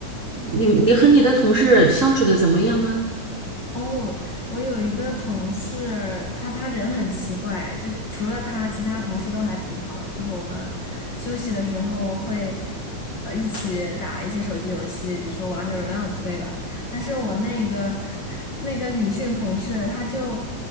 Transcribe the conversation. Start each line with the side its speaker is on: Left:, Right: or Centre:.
Right: 你你和你的同事相处的怎么样呢？
Left: 哦，我有一个同事，他他人很奇怪，就是除了他，其他同事都还挺好的。就是我们休息的时候会，呃，一起打一些手机游戏，比如说王者荣耀之类的。但是我那个 <laughs> 那个女性同事，她就，